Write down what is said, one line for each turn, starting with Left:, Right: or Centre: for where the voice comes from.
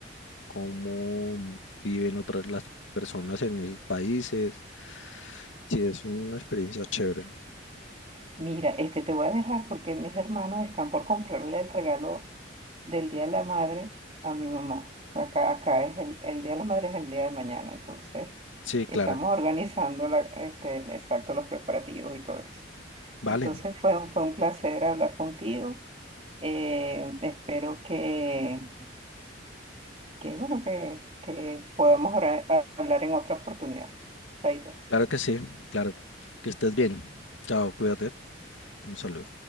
Left: cómo viven otras las personas en esos países. Sí, es una experiencia chévere.
Right: Mira, este, te voy a dejar porque mis hermanos están por comprarle el regalo del Día de la Madre a mi mamá. Acá, acá es el, el Día de la Madre es el día de mañana, entonces
Left: Sí,
Right: estamos
Left: claro.
Right: organizando la, este, exacto los preparativos y todo eso.
Left: Vale.
Right: Entonces fue, un- fue un placer hablar contigo. Eh, espero que, que, bueno, que, que podamos hablar hablar en otra oportunidad. Chaito.
Left: Claro que sí. Claro. Que estés bien. Chao, cuídate. Un saludo.